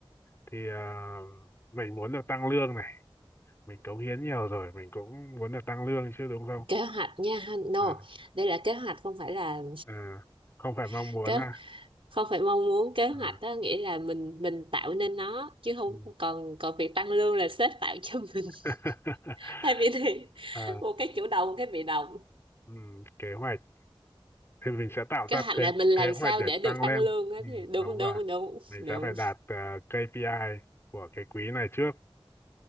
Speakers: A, on the left (about 25°); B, on the right (about 70°).
A: thì ờ, mình muốn được tăng lương này mình cống hiến nhiều rồi mình cũng muốn được tăng lương chứ đúng không
B: kế hoạch nha ha. no
A: à,
B: đây là kế hoạch không phải là
A: à, không phải mong
B: <laughs>
A: muốn
B: kế
A: là
B: không phải mong muốn kế hoạch
A: à,
B: đó nghĩa là mình mình tạo nên nó chứ không
A: ừ.
B: còn còn việc tăng lương là sếp tạo cho mình
A: <laughs>
B: <laughs> hai vị thì
A: Ờ,
B: một cái chủ động một cái bị động
A: ừ, kế hoạch thì mình sẽ tạo
B: kế
A: ra
B: hoạch
A: kế
B: là mình làm
A: kế
B: sao
A: hoạch để
B: để được
A: tăng
B: tăng
A: lên
B: lương á
A: ừ,
B: thì đúng
A: đúng
B: đúng
A: rồi
B: đúng
A: mình
B: đúng
A: sẽ phải đạt ờ, KPI của cái quý này trước